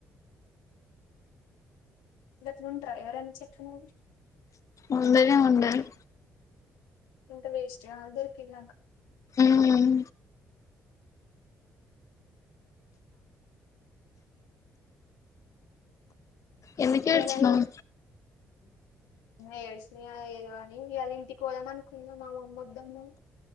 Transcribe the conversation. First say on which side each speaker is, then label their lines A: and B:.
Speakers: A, on the left; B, on the left.
A: గట్లు ఉంట్రా ఎవరైన్న చెప్పునువ్వు
B: ఉండనే ఉండరు
A: ఎంత వేస్ట్గా అదేకిలాక్
B: మ్మ్ ఎందుకు
A: ఇగలై
B: ఏడ్చినవ్
A: ఉమ్ ఎడిశిన ఇగ ఏదో అ నేన్ ఇవాళ ఇంటికి పోదాం అనుకున్నా మామమ్మి వద్దన్నది